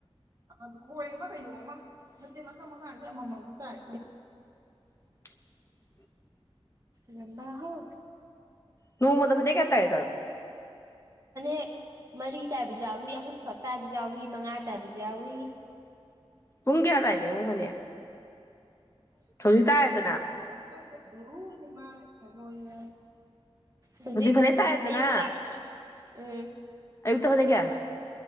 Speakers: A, on the right (about 35°); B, on the left (about 25°).
A: ꯑꯗꯨ ꯈꯣꯏ ꯑꯃ ꯀꯩꯅꯣ ꯑꯃ ꯐꯠꯇꯦ ꯃꯈꯪ ꯃꯈꯥꯁꯦ ꯑꯃꯃꯝꯈꯛ ꯇꯥꯏ
B: <inaudible>
A: ꯔꯝꯕꯥꯍꯣ
B: ꯅ ꯃꯗ ꯐꯅꯦ ꯀꯦꯠꯇꯑꯇ
A: ꯦꯛ ꯃꯔꯤ ꯇꯥꯏꯕꯁꯨ ꯌꯥꯎꯏ ꯑꯍꯨꯝ ꯈꯛ ꯇꯥꯏꯕꯁꯨ ꯌꯥꯎꯏ ꯃꯉꯥ ꯇꯥꯏꯕꯁꯨ ꯌꯥꯎꯏ
B: ꯄꯨꯨꯡꯟꯦꯌꯥꯗꯒꯗ ꯃꯍꯅꯦ ꯊꯖꯤ ꯇꯑ ꯑꯗꯨ
A: ꯇ ꯔꯨ ꯃ ꯍꯂꯣ ꯌꯥ ꯍꯧꯖꯤꯛ
B: ꯐꯅꯦꯛ ꯇꯥꯔꯦꯗꯅ
A: ꯑꯌꯨꯛꯇ ꯎꯝ
B: ꯇ ꯍꯅ ꯀꯌꯥ